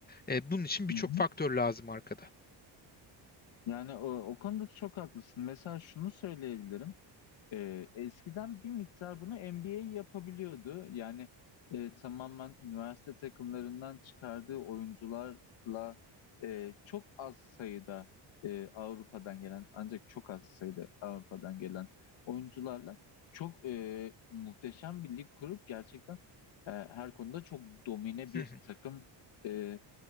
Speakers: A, on the left; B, on the left.
A: E, bunun için birçok
B: hı.
A: faktör lazım arkada.
B: Yani o, o konuda çok haklısın. Mesela şunu söyleyebilirim. Ee, eskiden bir miktar bunu NBA yapabiliyordu. Yani e, tamamen üniversite takımlarından çıkardığı oyuncularla e, çok az sayıda e, Avrupa'dan gelen ancak çok az sayıda Avrupa'dan gelen oyuncularla çok e, muhteşem bir lig kurup gerçekten e, her konuda çok domine
A: Hı
B: bir
A: hı,
B: takım e,